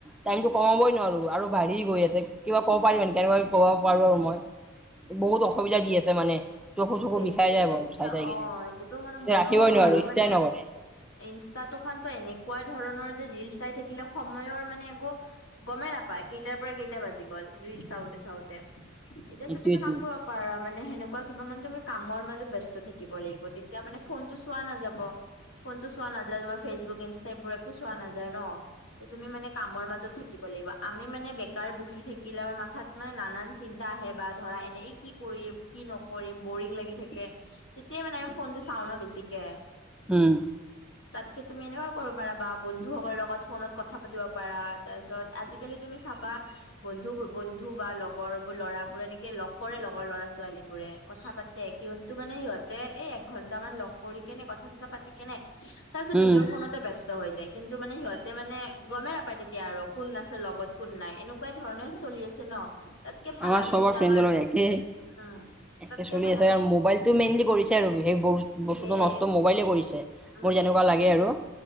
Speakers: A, in the centre; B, on the left.
A: টাইমটো কমাবই নোৱাৰো আৰু বাঢ়ি গৈ আছে, কিবা কেনেকুৱা কে ক'ব পাৰো আৰু মই, বহুত অসুবিধা দি আছে মানে। চকু-চকু
B: ফেচবুকে
A: বিষাই যায় বাৰু,
B: ইনষ্টা
A: চাই-চাই কিনে
B: অ
A: কিন্তু
B: এইটোতো মানে মোৰো
A: ৰাখিবই নোৱাৰো,
B: আৰু
A: ইচ্ছাই
B: মানে
A: নকৰে।
B: ইনষ্টাটো খন এনেকুৱা ধৰণৰ যে ৰিলচ চাই থাকিলে সময়ৰ মানে একো গমেই নাপায়। কেইটাৰ পৰা কেইটা বাজি গ'ল ৰিলচ চাওঁতে-চাওঁতে। এতিয়া
A: এইটোয়েইটো
B: তুমি এটা কাম কৰিব পাৰা, মানে সেনেকুৱা কিবা মানে তুমি কামৰ মাজত ব্যস্ত থাকিব লাগিব, তেতিয়া মানে ফোনটো চোৱা নাযাব। ফোনটো চোৱা নাযায়, তোমাৰ ফেচবুক, ইনষ্টা এইবোৰ একো চোৱা নাযায় ন, তুমি মানে কামৰ মাজত থাকিব। লাগিব, আমি মানে বেকাৰ, বহি থাকিলে আমাৰ মাথাত মানে নানান চিন্তা আহে বা ধৰা এনে কি কৰি কি নকৰিম বৰিং লাগি থাকে, তেতিয়া মানে আমি ফোনটো চাওঁ ন বেছিকে
A: হম
B: তাতকে তুমি এনেকুৱা কৰিব পাৰা বা বন্ধুসকলৰ লগত ফোনত কথা পাতিব পাৰা, তাৰপিছত আজিকালি তুমি চাবা বন্ধু-বন্ধু বা লগৰ ল'ৰা বোৰে এনেকে লগ কৰে, লগৰ ল'ৰা ছোৱালী বোৰে কথা পাতে, কিন্তু মানে সিহঁতে এই এক ঘন্টা তা মান লগ কৰি কেনে কথা-চথা পাতি কেনে তাৰ পিছত
A: উম
B: নিজৰ ফোনতে ব্যস্ত হৈ যায়, কিন্তু মানে সিহঁতে মানে গমেই নাপায় তেতিয়া আৰু কোন আছে লগত, কোন নাই এনেকুৱা ধৰণে চলি আছে ন। তাতকে ভাল
A: আমাৰ
B: আমি
A: সবৰ
B: যেতিয়া
A: ফ্ৰেণ্
B: আমাৰ
A: জল একে। একে
B: উম তাতকে
A: চলি
B: ভাল
A: আছে
B: আমি
A: আৰু মোবাইলটো মেইনলি কৰিছে আৰু সেই বস্তুটো
B: সেয়ে
A: নষ্ট মোবাইলে কৰিছে।
B: উম
A: মোৰ যেনেকুৱা লাগে আৰু।